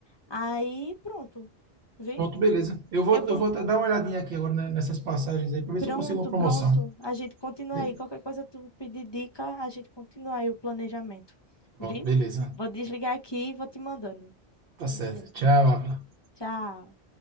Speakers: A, on the left; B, on the right.
A: Aí pronto, vi?
B: Pronto, beleza. Eu vou,
A: Eu vou.
B: eu vou até dar uma olhadinha aqui agora né, nessas passagens aí para ver
A: Pronto,
B: se eu consigo uma promoção.
A: pronto. A gente continua
B: né?
A: aí. Qualquer coisa tu pedir dica, a gente continua aí o planejamento. Vi?
B: Pronto, beleza.
A: Vou desligar aqui e vou te mandando
B: Tá certo.
A: os links.
B: Tchau, Ávila.
A: Tchau.